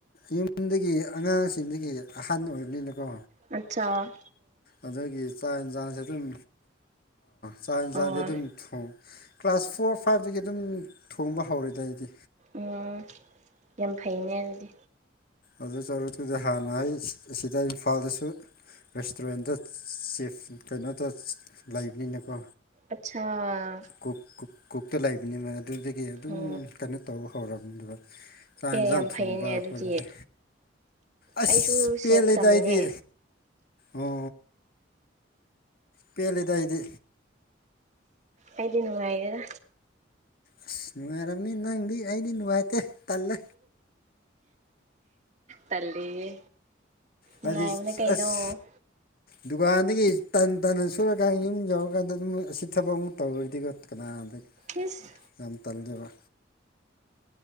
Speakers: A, on the left; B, on the right.
A: ꯌꯨꯝꯗꯒꯤ ꯑꯉꯥꯡꯁꯤꯡꯗꯒꯤ ꯑꯍꯥꯟꯕ ꯑꯣꯏꯕꯅꯤꯅꯀꯣ
B: ꯑꯆꯥꯥ
A: ꯑꯗꯨꯒꯤ ꯆꯥꯛ ꯌꯦꯟꯁꯥꯡꯁꯦ ꯑꯗꯨꯝ ꯆꯥꯛ ꯌꯦꯟꯁꯥꯡꯗꯤ
B: ꯑꯣ
A: ꯑꯗꯨꯝ ꯊꯣꯡ ꯀ꯭ꯂꯥꯁ ꯐꯣꯔ ꯐꯥꯏꯚꯇꯗꯒꯤ ꯑꯗꯨꯝ ꯊꯣꯡꯕ ꯍꯧꯔꯦꯗ ꯑꯩꯗꯤ
B: ꯎꯝ ꯌꯥꯝ ꯐꯩꯅꯦ ꯑꯗꯨꯗꯤ
A: ꯑꯗꯨ ꯗꯁꯨ ꯍꯥꯟꯅ ꯑꯩ ꯑꯁꯤꯗ ꯏꯝꯐꯥꯜꯗꯁꯨ ꯔꯦꯁꯇꯨꯔꯦꯟꯗ ꯆꯤꯐ ꯀꯩꯅꯣꯗꯨ ꯂꯩꯕꯅꯤꯅꯀꯣ꯫
B: ꯑꯆꯥꯥ
A: ꯀꯨꯛ ꯀꯨꯛꯇ ꯂꯩꯕꯅꯤꯕ ꯑꯗꯨꯗꯒꯤ ꯑꯗꯨꯝ
B: ꯑꯣ
A: ꯀꯩꯅꯣ ꯇꯧꯕ ꯍꯧꯔꯕꯔꯕꯅꯤ ꯕꯥ ꯆꯥꯛ ꯌꯦꯟꯁꯥꯡ
B: ꯑꯦ ꯌꯥꯝ
A: ꯊꯣꯡꯕ
B: ꯐꯩꯅꯦ
A: ꯑꯩꯈꯣꯏꯗꯗꯤ
B: ꯑꯗꯨꯗꯤ
A: ꯑꯥꯁꯁ
B: ꯑꯩꯁꯨ
A: ꯄꯦꯜꯂꯦꯗꯥ
B: ꯁꯦꯐ ꯇꯝꯃꯤꯅꯦ
A: ꯑꯩꯗꯤ ꯑꯣ ꯄꯦꯜꯜꯂꯤꯗꯏꯗꯤ
B: ꯑꯥꯏꯗꯤ ꯅꯨꯅꯨꯡꯉꯥꯏꯒꯦꯗ
A: ꯑꯁ ꯅꯨꯡꯉꯥꯏꯔꯕꯅꯤ ꯅꯪꯗꯤ ꯑꯩꯗꯤ ꯅꯨꯡꯉꯥꯏꯇꯦ ꯇꯜꯂꯦ
B: ꯇꯜꯂꯤꯦ
A: ꯍꯥꯏꯗꯤ
B: ꯉꯅꯨꯡꯥꯏꯕꯅꯦ ꯀꯩꯅꯩꯅꯣ
A: ꯑꯁ ꯗꯨꯀꯥꯟꯗꯒꯤ ꯇꯟ ꯇꯅ ꯁꯨꯔꯀꯥꯟꯗ ꯌꯨꯝ ꯌꯧꯔꯀꯥꯟꯗ ꯑꯗꯨꯝ ꯑꯁꯤ ꯊꯕꯛ ꯑꯃꯨꯛ ꯇꯧꯔꯗꯤꯀꯣ ꯀꯅꯥꯅꯣ ꯑ
B: ꯏꯁ
A: ꯌꯥꯝ ꯇꯜꯖꯔꯕ